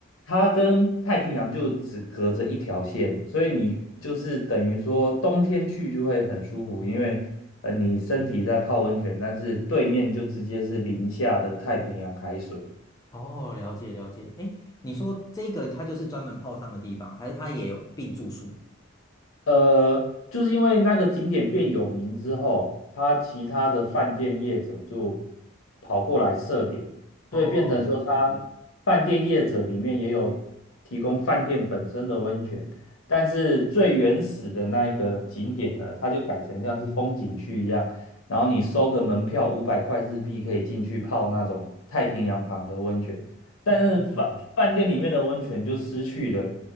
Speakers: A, on the left (about 80°); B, on the left (about 15°).
A: 它跟太平洋就只隔着一条线，所以你就是等于说冬天去就会很舒服，因为呃你身体在泡温泉，但是对面就直接是零下的太平洋海水。
B: 哦，了解了解。诶，你说这个它就是专门泡汤的地方，还是它也有并住宿？
A: 呃，就是因为那个景点变有名之后，他其他的饭店业者就跑过来设点，
B: 哦，
A: 所以变成说，
B: 了解。
A: 他饭店业者里面也有提供饭店本身的温泉，但是最原始的那个景点呢，它就改成像是风景区一样，然后你收个门票五百块日币可以进去泡那种太平洋旁的温泉，但是饭饭店里面的温泉就失去了
B: 哦